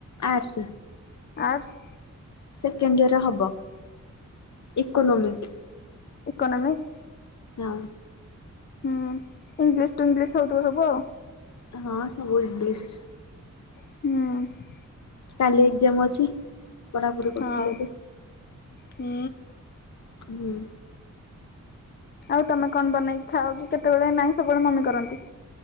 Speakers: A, on the left (about 65°); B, on the left (about 35°).
A: Arts
B: arts.
A: Second year ହବ। ଇକୋନୋମିକ।
B: ଇକୋନମିକ୍?
A: ହଁ।
B: ହୁଁ। ଇଂଲିଶ ଟୁ ଇଂଲିଶ ହୋଉଥିବ ସବୁ ଆଉ।
A: ହଁ ସବୁ ଇଂଲିଶ।
B: ହଁ।
A: କାଲି ଏକ୍ଜାମ ଅଛି। ପଢାପଢି କରୁଥିଲି
B: ହଁ।
A: ଏବେ
B: ହୁଁ।
A: ହୁଁ।
B: ଆଉ ତମେ କଣ ବନେଇି ଖାଅ କି କେତେବେଳେ, ନାହିଁ ସବୁବେଳେ ମମି କରନ୍ତି?